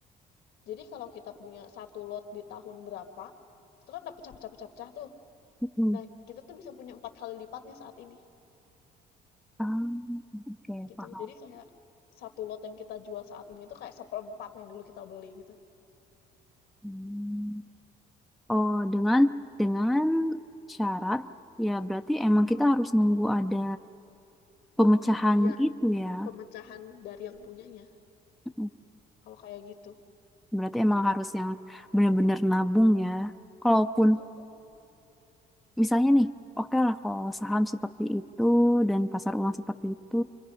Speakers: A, on the left; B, in the centre.
A: Jadi kalau kita punya satu lot di tahun berapa, itu kan udah pecah pecah pecah tuh.
B: Mm-mm.
A: Nah, kita tuh bisa punya 4 kali lipatnya saat ini,
B: Ah, oke
A: gitu.
B: paham
A: Jadi kayak satu lot yang kita jual saat ini itu kayak seperempatnya dulu kita beli, gitu.
B: Hmm. oh dengan dengan syarat ya berarti emang kita harus nunggu ada pemecahan
A: Iya,
B: itu ya
A: pemecahan dari yang punyanya,
B: Mm-mm.
A: kalau kayak gitu.
B: berarti emang harus yang benar-benar nabung ya kalaupun
A: Mhm.
B: misalnya nih oke lah kalau saham seperti itu dan pasar uang seperti itu